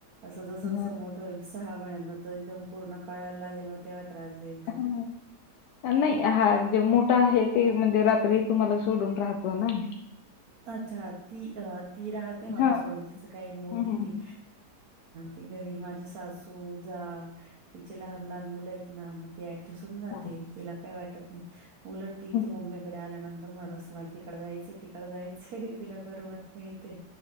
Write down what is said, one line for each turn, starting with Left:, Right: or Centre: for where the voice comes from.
Right: असं जस जसं
Left: हां,
Right: मोठं होईल, सहा महिन्यांन तर एकदम पूर्ण कळायला लागेल मग तेव्हा त्रास देईल. तो.
Left: <inaudible> नाही हा जे मोठा आहे ते, म्हणजे रात्री तुम्हाला सोडून राहतो ना.
Right: अच्छा ती अ ती राहते मला
Left: हां.
Right: सोडून, तिच काही मोठीय
Left: हं, हं,
Right: ती.
Left: हं.
Right: ती घरी माझे सासू, जाव तिचे लहान लहान मुलं आहेत ना ती ऍड दिसून जाते
Left: हां,
Right: तिला काय वाटत नाही. उलट ती इथे
Left: हां.
Right: मम्मीकडे आल्यानंतर म्हणत असते. तिकड जायंचय, तिकड जायचय. तरीही तिला करमत नाही इथे